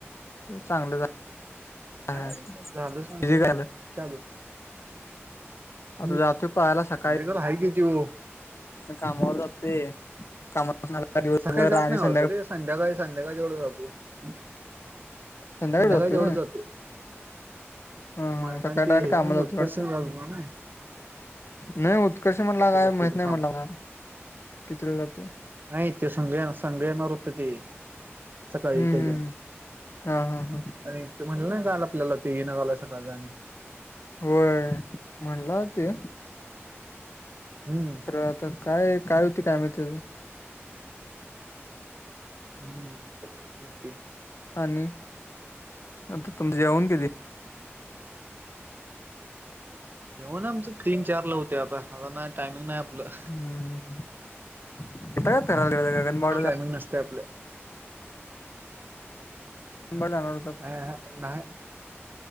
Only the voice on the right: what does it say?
काय झालच नसल
चालू
हम्म
हेजेकर हा कती <unintelligible>
सकाळी जात
नाही
वाटतं रे
संध्याकाळी संध्याकाळीे तेवढं जातो
संध्याकाळ
जेवढं
जातं.
मलकांची
ह
<unintelligible>
उत्कर्षण
झाल म ना.
जाते
ते
काम
नाही त्यो संगळ्या संगल्यावर रुतत ते. सकाळी
त्याच्या
आणि ते म्हणलं नाही काल आपल्याला ते येणं झालंय सकाळ जा आणि
हम्म,
हम्म तेवण आहेच की,
तेवण आमच तीन चार ला होते आता आता नाही टायमिंग नाही आपलं
<unintelligible> नसते आपलं
अह नाही,